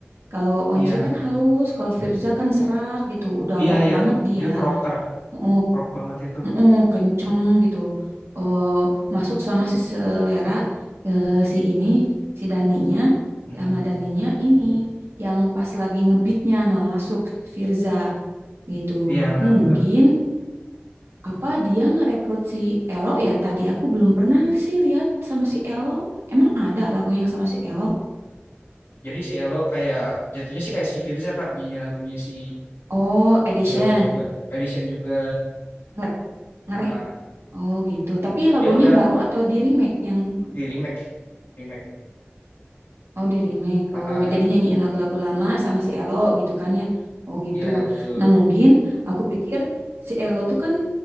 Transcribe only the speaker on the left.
Iya
iya
iya.
Dia crocker,
rock banget itu.
Mm-mm.
Iya benar-benar.
Jadi si Elo kayak jatuhnya sih kayak si Firza Kak nyanyi lagunya si
Dewa juga, Edition juga.
Aa.
Dia udah
di remake, remake.
Aa.
Ya betul.